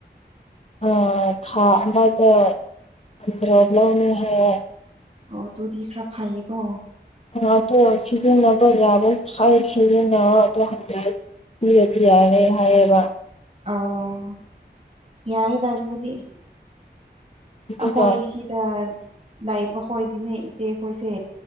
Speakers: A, on the left (about 35°); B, on the right (about 35°).
A: ꯑ ꯊꯥ ꯑꯃꯗ ꯍꯟꯗ꯭ꯔꯦꯗ ꯂꯧꯅꯤ ꯍꯥꯏꯌꯦ꯫
B: ꯑꯣ ꯇꯨꯗꯤ ꯈ꯭ꯔ ꯐꯩꯌꯦꯀꯣ꯫
A: ꯑ ꯑꯗꯣ ꯁꯤꯖꯤꯟꯅꯕ ꯌꯥꯕꯈꯩ ꯁꯤꯖꯤꯟꯅꯔꯣ ꯑꯗꯣ ꯍꯟꯗ꯭ꯔꯦꯗ ꯄꯤꯔꯗꯤ ꯌꯥꯔꯦ ꯍꯥꯏꯌꯦꯕ꯫
B: ꯑꯣ ꯌꯥꯏꯗ ꯑꯗꯨꯗꯤ꯫
A: ꯑꯗꯨꯒ
B: ꯑꯩꯈꯣꯏ ꯁꯤꯗ ꯂꯕꯈꯣꯏꯗꯤꯅꯦ ꯏꯆꯦꯈꯣꯏꯁꯦ